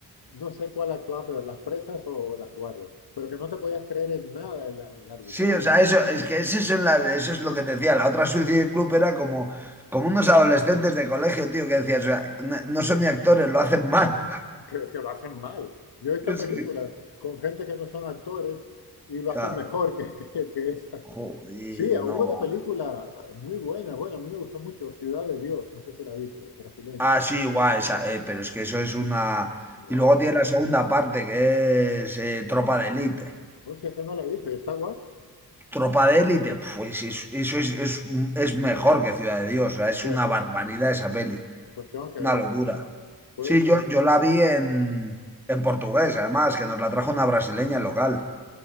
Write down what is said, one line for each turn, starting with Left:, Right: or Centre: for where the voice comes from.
Left: no sé cuál actuaban peor, las presas o, o las guardias, pero que no te podías creer en nada el, el argumento,
Centre: Sí, o sea, eso es que eso son las- eso es lo que te decía. La otra Suicide Club era como, como unos adolescentes de colegio, tío, que decías, o sea, no, no son ni actores, lo hacen mal.
Left: que, que lo hacen mal. Yo he visto
Centre: Es
Left: películas
Centre: que,
Left: con gente que no son actores y lo
Centre: claro,
Left: hacen mejor que, que, que esas.
Centre: joder,
Left: Sí, hubo
Centre: no
Left: una
Centre: va.
Left: película eh, muy buena, bueno, a mí me gustó mucho, Ciudad de Dios, no sé si la viste, brasileña.
Centre: Ah, sí, guay, esa, eh, pero es que eso es una...
Left: Wow.
Centre: Y luego tiene la segunda parte, que es eh, Tropa de Élite.
Left: Hostia, esa no la he visto, ¿y está guay?
Centre: Tropa de Élite, pues es- eso es, es, es mejor que Ciudad de Dios, o sea,
Left: Hostia,
Centre: es una
Left: pues,
Centre: barbaridad esa peli,
Left: pues, pues tengo que
Centre: una
Left: verla.
Centre: locura.
Left: Pues,
Centre: Sí,
Left: pues,
Centre: yo, yo la vi en, en portugués, además, que nos la trajo una brasileña local,